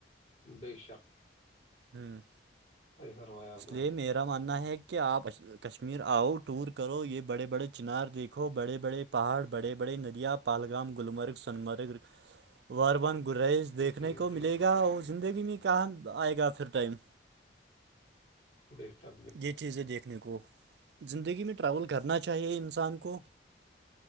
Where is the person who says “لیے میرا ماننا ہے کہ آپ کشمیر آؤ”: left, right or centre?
Right